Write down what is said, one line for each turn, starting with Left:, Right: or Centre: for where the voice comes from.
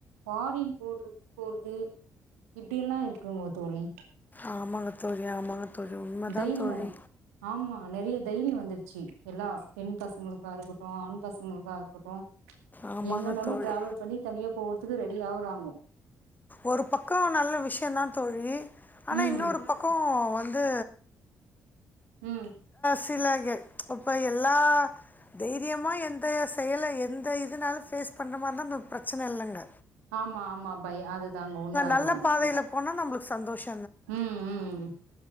Right: பாரின் போட்ரு போறது இப்பட எல்லாம் இருக்கும்கா தோழி
Left: ஆமாங்க தோழி ஆமாங்க தோழி உண்மைதான்
Right: தைரியம்
Left: தோழி
Right: ஆமா நிறைய தைரியம் வந்துருச்சு எல்லா பெண் பசங்களுக்க இருக்க டும் ஆண் பசங்களுக்க இருக்கட்டும்
Left: ஆமாங்க
Right: எங்கனாலும்
Left: தோழி
Right: டிராவல் பண்ணி தனியா போறதுக்கு ரெடி ஆவுறாங்கோ
Left: ஒரு பக்கம் நல்ல விஷயம்தான் தோழி ஆனா
Right: ம்
Left: இன்னொரு பக்கம் வந்து
Right: ம்
Left: சில இப்போ எல்லா தைரியமா எந்த செயல எந்த இதுனாலும் ஃபேஸ் பண்ற மாரினா இந்த பிரச்சனை இல்லைங்க
Right: ஆமா ஆமா பை அதுதாங்க உண்மை அதுதான்
Left: நல்ல பாதையில போனா நம்மளுக்கு சந்தோஷம்
Right: உம் உம்